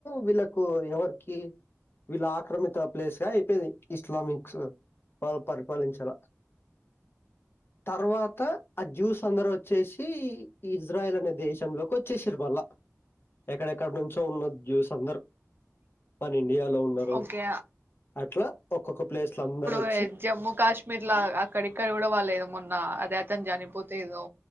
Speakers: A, on the left; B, on the right.
A: వీళ్ళలకు ఎవరికి వీళ్ళ ఆక్రమిత ప్లేస్ గా అయిపోయింది ఇస్లామిక్స్ వాళ్ళు పరిపాలించాల తర్వాత ఆ జ్యూస్ అందరు వచ్చేసి ఇజ్రాయల్ అనే దేశంలోకి వచ్చేసిరు మళ్ళా ఎక్కడెక్కడ నుంచో ఉన్న జ్యూస్ అందరుూ మన ఇండి ఇండియాలో ఉన్నారు
B: ఓకే
A: అట్లా ఒక్కొక్క ప్లేస్ లోందరు ఒ
B: తే జమ్మూ కాశ్మీర్ లో అక్కడిక్కడ కూడా వాళ్ళు ఏద మొన్న అదే అతను చనిపోతు ఏదో